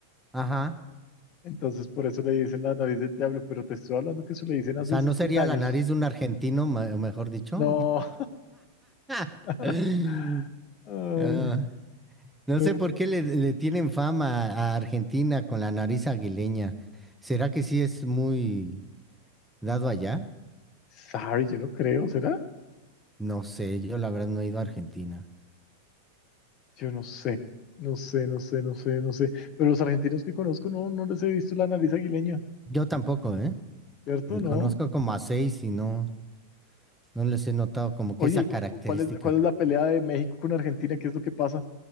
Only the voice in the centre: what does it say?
Ajá.
O sea,
¿no sería
la nariz de un argentino, me- mejor dicho?
<laughs>
Ah, No
sé por qué le, le tienen fama a Argentina con la nariz aguileña. ¿Será que sí es muy dado allá?
No sé, yo la verdad no he ido a Argentina.
Yo tampoco, ¿eh?
Me
conozco como a seis y no, no les he notado como
que esa
característica.